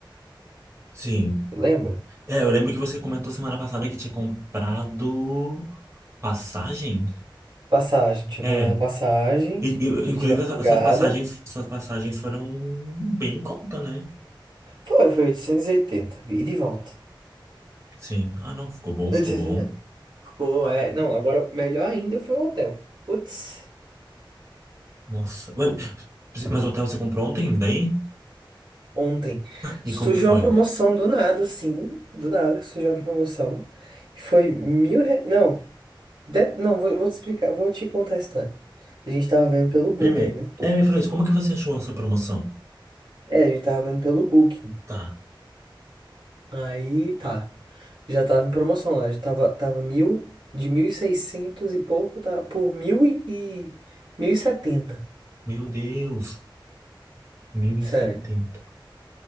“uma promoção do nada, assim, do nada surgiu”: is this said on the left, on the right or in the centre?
Right